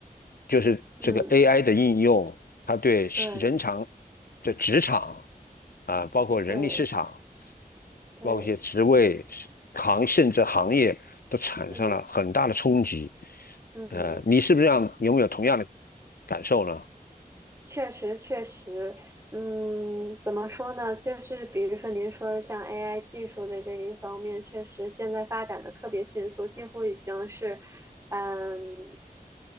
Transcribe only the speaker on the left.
就是这个
AI 的应用，它对人场
这职场。啊，包括人力市场，
包括一些职位、是行甚至行业都产生了很大的冲击。
呃，你是不是这样？你有没有同样的感受呢？